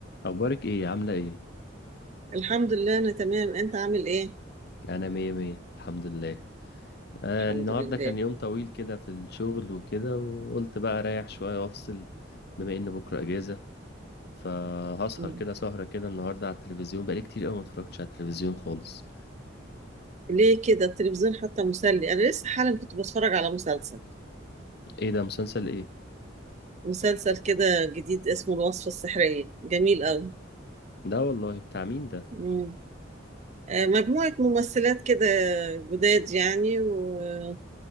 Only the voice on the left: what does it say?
اخبارك ايه عامله ايه
انا مية مية الحمد لله آه
النهارده
كان يوم طويل كده في الشغل وكده وقلت بقى اريح شويه وافصل بما ان بكره اجازه فهسهر
كده سهره كده النهارده على التلفزيون بقالي كتير قوي ما اتفرجتش على التلفزيون خالص
ايه ده مسلسل ايه
ده والله بتاع مين ده